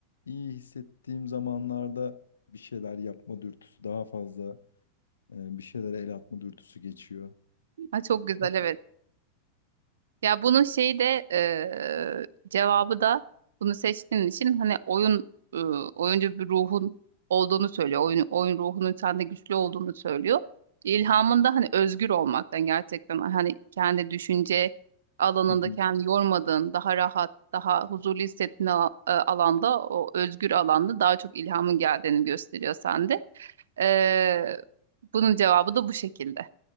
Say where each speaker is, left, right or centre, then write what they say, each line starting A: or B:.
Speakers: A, on the left; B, on the right.
A: iyi hissettiğim zamanlarda bir şeyler yapma dürtüsü daha fazla e, bir şeylere el atma dürtüsü geçiyor.
B: Ha, çok güzel
A: Evet.
B: evet. Ya bunun şeyi de eee, cevabı da bunu seçtiğin için hani oyun eee, oyuncu bir ruhun olduğunu söylüyor. Oyun, oyun ruhunun sende güçlü olduğunu söylüyor. İlhamın da hani özgür olmaktan gerçekten hani kendi düşünce alanında
A: Hı hı.
B: kendini yormadığın, daha rahat, daha huzurlu hissettiğin ala- e, alanda, o özgür alanda daha çok ilhamın geldiğini gösteriyor sende. Eee, bunun cevabı da bu şekilde.